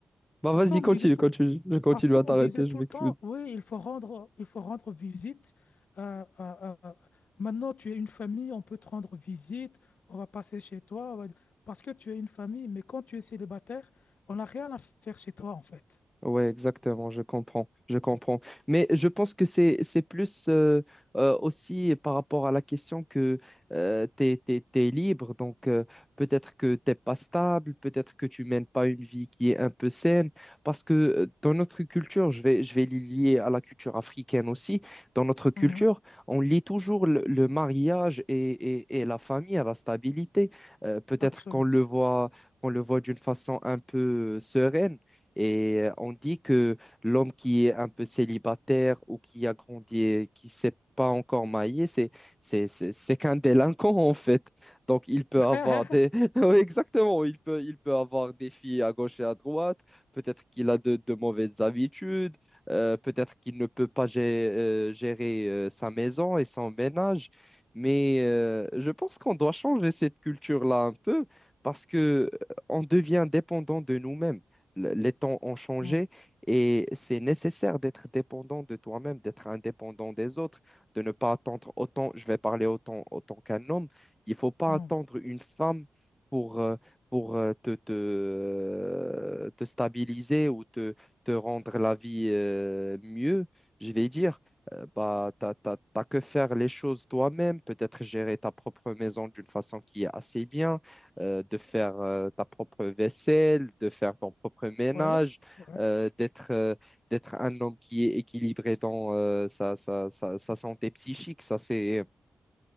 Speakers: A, in the centre; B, on the left (about 60°).
A: Bah
B: parce
A: vas-y,
B: qu'on
A: continue,
B: me disait tout,
A: continue. Je continue
B: parce qu'on
A: à t'arrêter,
B: disait tout
A: je m'excuse.
B: le temps, oui, il faut rendre, il faut rendre visite. euh, euh, euh, euh, maintenant, tu es une famille, on peut te rendre visite, on va passer chez toi, on va- parce que tu es une famille. Mais quand tu es célibataire, on n'a rien à faire chez toi, en fait.
A: Ouais, exactement, je comprends, je comprends. Mais je pense que c'est c'est plus euh, euh, aussi par rapport à la question que euh, t'es, t'es- t'es libre, donc euh, peut-être que t'es pas stable, peut-être que tu mènes pas une vie qui est un peu saine, parce que euh, dans notre culture, je vais je vais les lier à la culture africaine aussi. Dans notre culture,
B: Mhm,
A: on lie toujours le, le mariage et, et, et la famille à la stabilité. Euh, peut-être
B: absolument.
A: qu'on le voit qu'on le voit d'une façon un peu euh, sereine. Et euh, on dit que l'homme qui est un peu célibataire ou qui a grandi et qui s'est pas encore marié, c'est c'est c'est c'est qu'un délinquant en fait. Donc il peut
B: <laughs>
A: avoir des <laughs> Oui, exactement, il peut il peut avoir des filles à gauche et à droite, peut-être qu'il a de, de mauvaises habitudes, euh, peut-être qu'il ne peut pas gé- euh, gérer euh, sa maison et son ménage. Mais euh, je pense qu'on doit changer cette culture-là un peu parce que euh, on devient dépendant de nous-mêmes le- les temps ont changé
B: Mm,
A: et c'est nécessaire d'être dépendant de toi-même, d'être indépendant des autres, de ne pas attendre autant, je vais parler autant, autant qu'un homme, il faut pas
B: mm,
A: attendre une femme pour, euh, pour euh, te, te, euh, te stabiliser ou te, te rendre la vie euh, mieux, je vais dire. Euh, bah, t'as, t'as- t'as que faire les choses toi-même, peut-être gérer ta propre maison d'une façon qui est assez bien euh, de faire euh, ta propre vaisselle, de faire ton propre ménage,
B: ouais, ouais.
A: euh, d'être euh, d'être un homme qui est équilibré dans euh, sa, sa, sa, sa santé psychique. Ça, c'est